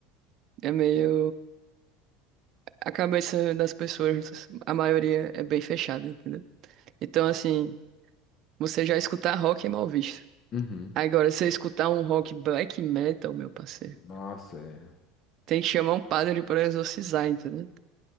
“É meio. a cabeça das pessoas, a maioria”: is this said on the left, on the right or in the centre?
Right